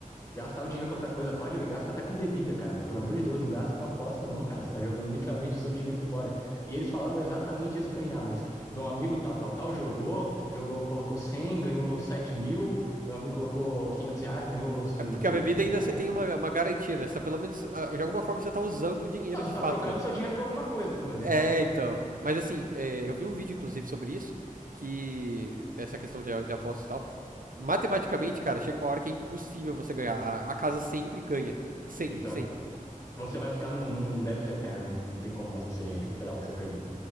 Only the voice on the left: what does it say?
Gastar o dinheiro com outra coisa, pode gastar até com bebida, cara, mas pelo amor de Deus, não gasta com aposta, não, cara. Você tá jogando literalmente o seu dinheiro fora. E eles falavam exatamente isso pra mim. Ah, mas meu amigo tal, tal, tal jogou, jogou, colocou 100 ganhou 7 mil. Meu amigo colocou 500 reais, ganhou 20
mil
reais.
Não, você
tá
trocando
seu dinheiro por alguma coisa, pelo menos,
né?
Então,
você vai ficar num, num débito eterno, né? Não tem como mais você recuperar o que você perdeu.